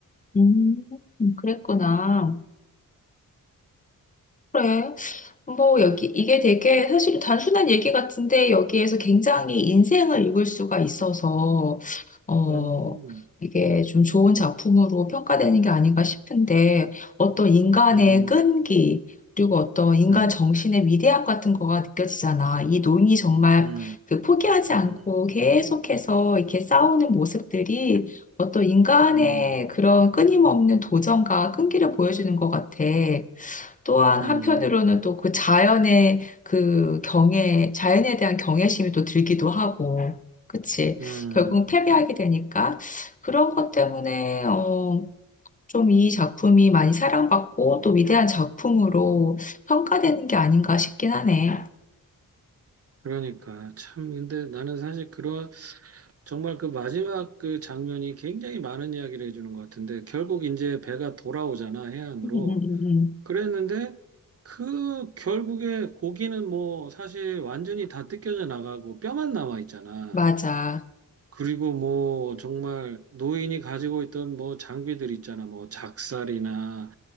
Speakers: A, on the left; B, on the right.
A: 음, 그랬구나. 그래. 뭐, 여기, 이게 되게 사실 단순한 얘기 같은데, 여기에서 굉장히 인생을 읽을 수가 있어서, 어,
B: 음.
A: 이게 좀 좋은 작품으로 평가되는 게 아닌가 싶은데, 어떤 인간의
B: 음,
A: 끈기, 그리고 어떤 인간
B: 음,
A: 정신의 위대함 같은 거가 느껴지잖아. 이 논이 정말
B: 음,
A: 그 포기하지 않고
B: 음,
A: 계속해서 이렇게 싸우는 모습들이 어떤 인간의
B: 음,
A: 그런 끊임없는 도전과 끈기를 보여주는 것 같아. 또한
B: 음,
A: 한편으로는 또 그 자연의 그 경애, 자연에 대한 경외심이 또 들기도 하고, 그치?
B: 음.
A: 결국은 패배하게 되니까 그런 것 때문에, 어, 좀 이 작품이 많이 사랑받고 또 위대한 작품으로 평가되는 게 아닌가 싶긴 하네.
B: 그러니까 참 근데 나는 사실 그런 정말 그 마지막 그 장면이 굉장히 많은 이야기를 해주는 것 같은데 결국 이제 배가 돌아오잖아 해안으로
A: 음, 음, 음, 음.
B: 그랬는데 그 결국에 고기는 뭐 사실 완전히 다 뜯겨져 나가고 뼈만 남아 있잖아.
A: 맞아.
B: 그리고 뭐 정말 노인이 가지고 있던 뭐 장비들 있잖아. 뭐 작살이나